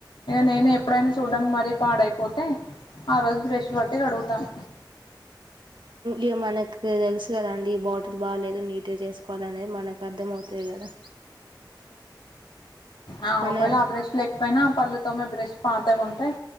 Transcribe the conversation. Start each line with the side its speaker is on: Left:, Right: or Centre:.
Left: నేను ఎప్పుడైనా చూడడానికి మరీ పాడైపోతే ఆ రజ బ్రెష్పట్టటి కడు తమ్
Right: ఇ మనకు తెలుసు కద అండి ఈ బాటిల్ బాగాలేదు నీట్గా చేసుకోవాల అనేది మనకు అర్థం అవుతుది కదా
Left: ఆ
Right: మన
Left: ఒకవేళ ఆ బ్రెస్ లేకపోయినా పళ్ళుతోమ బ్రష్ పాత ఉంటాయి